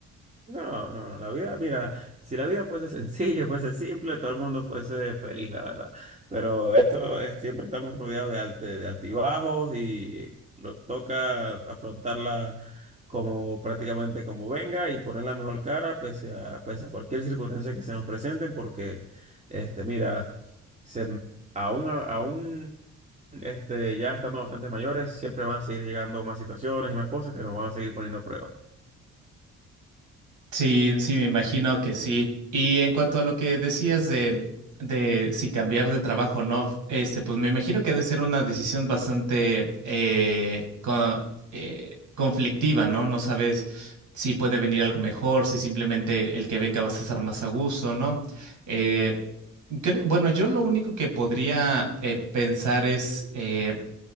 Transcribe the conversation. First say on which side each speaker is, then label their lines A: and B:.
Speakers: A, on the right; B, on the right.
A: No, no, no, la vida, mira, si la vida fuese <laughs> sencilla, fuese simple, todo el mundo fuese feliz, la verdad. Pero esto es, siempre estamos rodeados de, alte- de altibajos y nos toca afrontarla como prácticamente como venga y poner la mejor cara pese a, pese a cualquier circunstancia que se nos presenten, porque, este, mira, se, aún, aún este, ya estando bastante mayores, siempre van a seguir llegando más situaciones y más cosas que nos van a seguir poniendo a prueba.
B: Sí, sí, me imagino que sí. Y en cuanto a lo que decías de, de si cambiar de trabajo o no, este, pues me imagino que ha de ser una decisión bastante eh, co- eh, conflictiva, ¿no? No sabes si puede venir algo mejor, si simplemente el que venga vas a estar más a gusto, ¿no? Eh, cre- bueno, yo lo único que podría eh, pensar es eh,